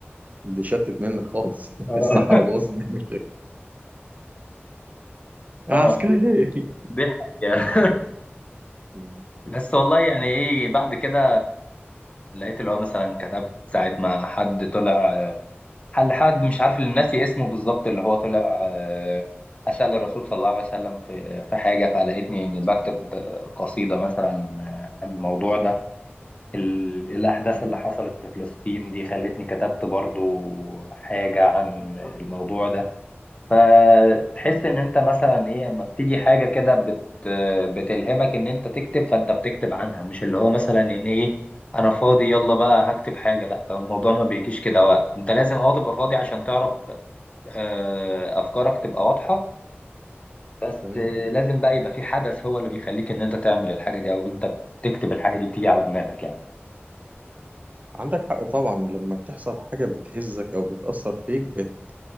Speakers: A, on the right; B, on the left.
A: دي شتت منك خالص <laughs>
B: اه
A: الصحراء باظت الدنيا. يا
B: اه
A: عسكري
B: دي حقيقة
A: مم. مم.
B: <laughs> بس والله يعني ايه بعد كده لقيت اللي هو مثلا كتبت ساعة ما حد طلع حل حد مش عارف اللي ناسي اسمه بالظبط اللي هو طلع آه، أسأل الرسول صلى الله عليه وسلم في في حاجة فلقيتني بكتب آه، قصيدة مثلا آه، عن الموضوع ده ال- الأحداث
A: مم.
B: اللي حصلت في فلسطين دي خلتني كتبت برضو حاجة عن الموضوع ده فتحس
A: مم.
B: ان انت مثلا ايه اما بتيجي حاجه كده بت بتلهمك ان انت تكتب فانت بتكتب عنها مش اللي هو مثلا ان ايه انا فاضي يلا بقى هكتب حاجه لا الموضوع ما بيجيش كده وقت انت لازم اه تبقى فاضي عشان تعرف آه، افكارك تبقى واضحه بس
A: تمام
B: آه، لازم بقى يبقى في حدث هو اللي بيخليك ان انت تعمل الحاجه دي او انت بتكتب الحاجه دي بتيجي على دماغك يعني
A: عندك حق طبعا لما بتحصل حاجة بتهزك او بتأثر فيك بت...